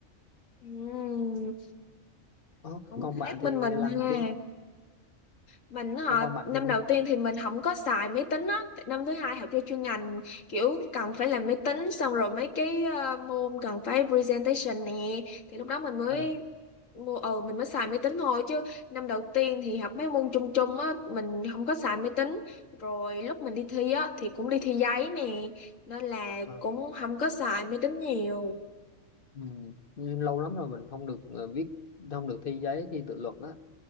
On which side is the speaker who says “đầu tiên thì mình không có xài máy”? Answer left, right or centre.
Left